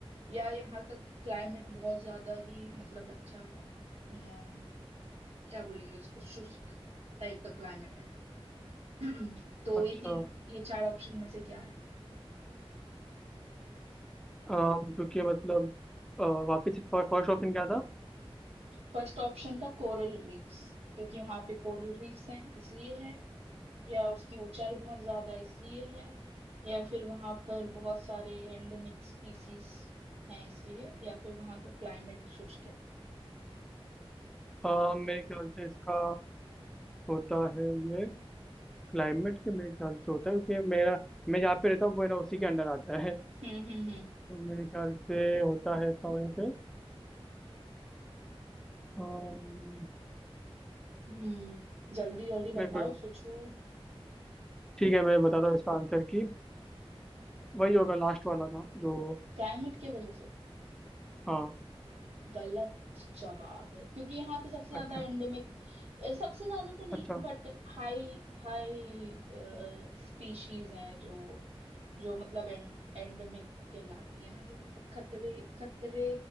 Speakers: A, on the right; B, in the centre.
A: या यहाँ का क्लाइमेट बहुत ज्यादा ही मतलब अच्छा अ, क्या बोलेंगे उसको शुष्क टाइप का क्लाइमेट है <clears throat> तो
B: अच्छा
A: ये तीन ये चार ऑप्शन में से क्या है
B: अम, क्योंकि मतलब अ, वापस फर्स्ट ऑप्शन क्या था
A: फर्स्ट ऑप्शन था कोरल रीफ्स क्योंकि वहां पे कोरल रीफ्स हैं इसलिए है या उसकी ऊंचाई बहुत ज्यादा इसलिए है या फिर वहां पर बहुत सारे एंडेमिक स्पीसीज हैं इसलिए या फिर वहां का क्लाइमेट शुष्क है
B: अ, मेरे ख्याल से इसका होता है ये क्लाइमेट के मेरे ख्याल से होता है क्योंकि मेरा मैं जहाँ पे रहता हूँ वो है ना उसी के अंडर आता है
A: हम्म हम्म हम्म
B: तो मेरे ख्याल से होता है इसका वजह से अम,
A: हम्म जल्दी जल्दी
B: मेरे
A: बताओ
B: को
A: सोचो
B: ठीक है मैं बताता हूँ इसका आंसर की वही होगा लास्ट वाला था जो
A: क्लाइमेट की वजह से
B: हाँ
A: गलत जवाब है क्योंकि यहाँ पे सबसे ज्यादा
B: अच्छा
A: एंडेमिक सबसे ज्यादा तो नहीं
B: अच्छा
A: बट हाई हाई स्पीशीज हैं जो जो मतलब एंडेमिक कहलाती है ना जो मतलब खतरे खतरे